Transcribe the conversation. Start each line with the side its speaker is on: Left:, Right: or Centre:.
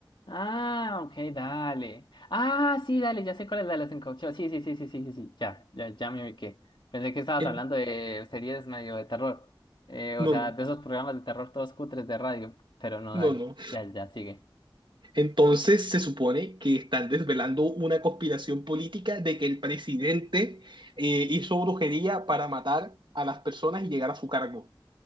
Left: Ah, ok, dale. Ah, sí, dale, ya sé cuál es la de los encauchados. Sí, sí, sí, sí, sí, sí, sí. Ya, ya, ya me ubiqué. Pensé que estabas
Right: En-
Left: hablando de series medio de terror. Eh, o
Right: no,
Left: sea,
Right: no,
Left: de esos programas de terror todos cutres de radio. Pero no,
Right: no,
Left: dale.
Right: no.
Left: Ya, ya, sigue.
Right: Entonces se supone que están desvelando una conspiración política de que el presidente eh, hizo brujería para matar a las personas y llegar a su cargo.